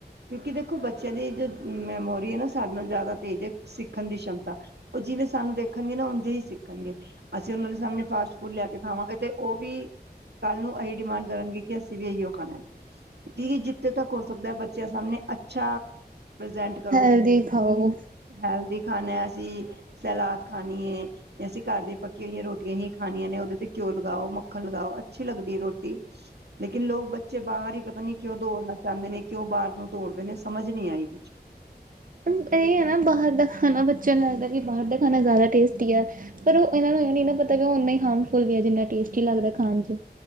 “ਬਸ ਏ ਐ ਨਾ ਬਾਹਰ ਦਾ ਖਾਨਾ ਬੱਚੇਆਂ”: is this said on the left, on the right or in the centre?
Right